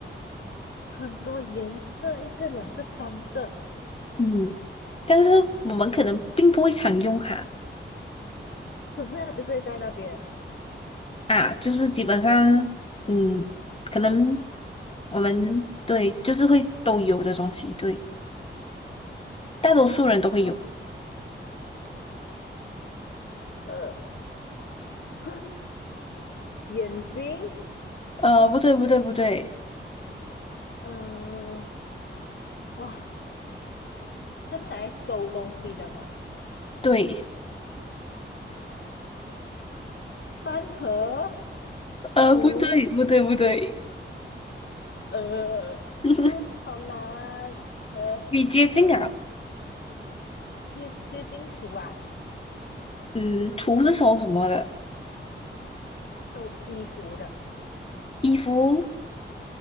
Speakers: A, on the left; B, on the left.
A: 很多颜色，一个、两个、三个，
B: 嗯，但是我们可能并不会常用它。
A: 可是它就睡在那边，
B: 啊，就是基本上，嗯，可能我们对，就是会都有的东西，对，大多数人都会有。
A: 哇，呃，<laughs> 眼睛，
B: 呃，不对，不对，不对，
A: 呃，哇，它是拿来收东西的嘛，
B: 对，
A: 饭盒，
B: 呃，
A: 厨，
B: 不对，不对，不对，
A: 呃，啊，
B: <laughs>
A: 好难。呃，
B: 你接近啊，
A: 接接近厨啊，
B: 嗯，厨是收什么的？
A: 收衣服的
B: 衣服